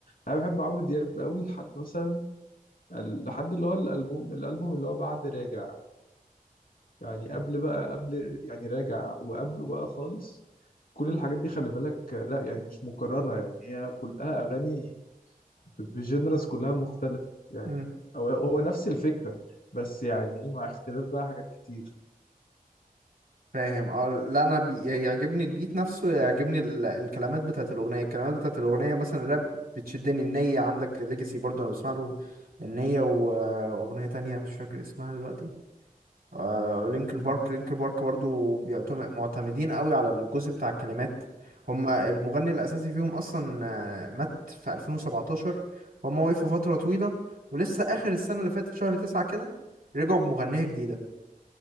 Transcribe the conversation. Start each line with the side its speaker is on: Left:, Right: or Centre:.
Left: انا بحب عمرو دياب قوي لحد مثلا ال- لحد اللي هو الالبوم الالبوم اللي هو بعد راجع يعني قبل بقى قبل يعني راجع وقبله بقى خالص كل
Right: مم.
Left: الحاجات دي خلي بالك آه، لا يعني مش مكرره يعني هي كلها اغاني بجنرس كلها مختلفة يعني
Right: مم.
Left: هو هو نفس الفكرة بس يعني إيه، مع اختلاف بقى حاجات كتير
Right: فاهم اه لا انا بي... يعجبني البيت نفسه يعجبني ال... الكلمات بتاعت الاغنيه الكلمات بتاعت الاغنيه مثلا الراب بتشدني النية عندك ليجاسي برضه انا بسمع له النية واغنيه تانية مش فاكر اسمها دلوقتي آه لينكن
Left: مم.
Right: بارك لينكن بارك برضو بيعتمد معتمدين قوي على الجزء بتاع الكلمات هما المغني الأساسي فيهم أصلا آه، مات في 2017 فهم وقفوا فترة طويلة ولسه آخر السنة اللي فاتت شهر تسعة كده رجعوا بمغنية جديدة